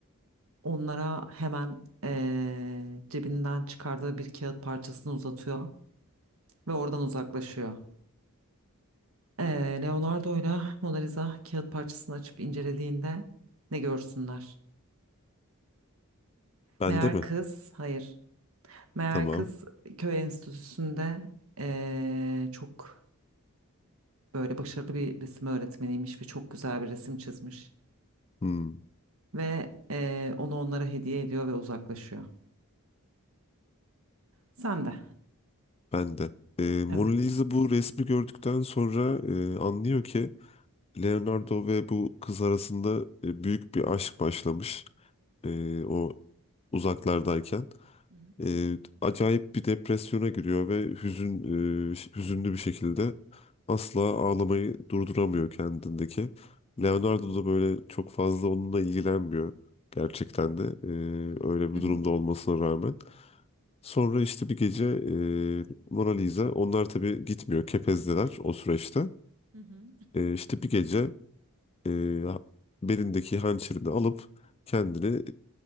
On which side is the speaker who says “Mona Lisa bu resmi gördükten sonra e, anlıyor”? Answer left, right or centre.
Left